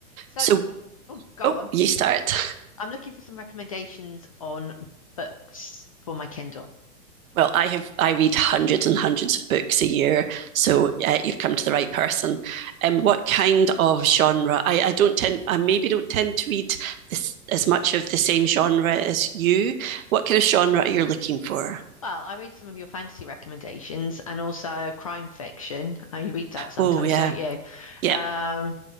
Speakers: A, on the left; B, on the right.
A: So,
B: So,
A: oh, go
B: oh,
A: on.
B: you start.
A: I'm looking for some recommendations on books for my Kindle.
B: Well, I have I read hundreds and hundreds of books a year, so uh, you've come to the right person. Um, what kind of genre? I, I don't tend I maybe don't tend to read this, as much of the same genre as you. What kind of genre are you looking for?
A: Well, I read some of your fantasy recommendations and also crime fiction. Uh, you read that sometimes,
B: Oh yeah,
A: don't you?
B: yeah.
A: Um,